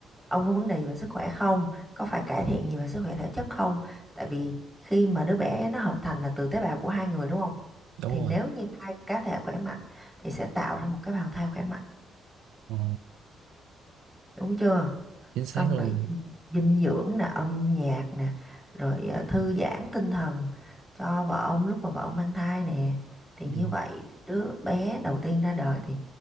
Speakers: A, in the centre; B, on the right.
A: ông có vấn đề gì về sức khỏe không có phải cải thiện gì về sức khỏe thể chất không tại vì khi mà đứa bé nó hợp thành là từ tế bào của hai người đúng không
B: đúng
A: thì nếu
B: rồi
A: như hai cá thể khỏe mạnh thì sẽ tạo ra một cái bào thai khỏe mạnh
B: Ờ,
A: đúng chưa
B: chính
A: xong
B: xác luôn
A: rồi dinh dưỡng nè âm nhạc nè rồi ờ, thư giãn tinh thần cho vợ ông lúc mà vợ ông mang thai nè thì như
B: ừ.
A: vậy thì đứa bé đầu tiên ra đời thì